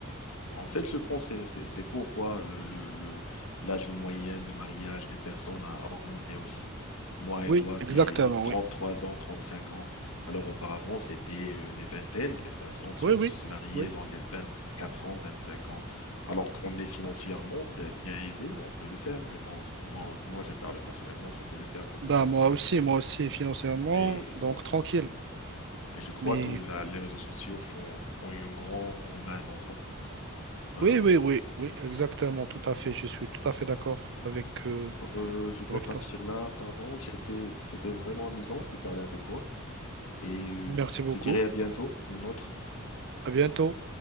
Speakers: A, on the left; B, on the right.
A: en fait, je pense que c'est c'est- c'est pourquoi le, le, le- l'âge moyen de mariage des personnes a augmenté aussi. Moi
B: Oui,
A: et toi,
B: exactement,
A: c'est 33
B: oui.
A: ans, 35 ans. Alors auparavant, c'était euh, les vingtaines. Les personnes se,
B: Oui, oui,
A: se mariaient
B: oui.
A: dans les vingt quatre ans, 25 ans. Alors qu'on est financièrement euh, bien aisé, on peut le faire, je pense. Moi, aussi- moi, je parle personnellement, je peux le faire côté
B: Bah,
A: financier.
B: moi aussi, moi aussi, financièrement,
A: Et
B: donc tranquille.
A: Et je crois
B: Mais
A: que la- les réseaux sociaux font, ont eu une grande main dans ça. Voilà.
B: oui, oui, oui, oui, exactement, tout à fait. Je suis tout à fait d'accord avec, euh,
A: Alors, euh, je dois
B: avec
A: partir
B: toi.
A: là, pardon. C'était, c'était vraiment amusant de parler avec toi. Et euh,
B: Merci beaucoup.
A: je te dirai à bientôt, une autre.
B: À bientôt.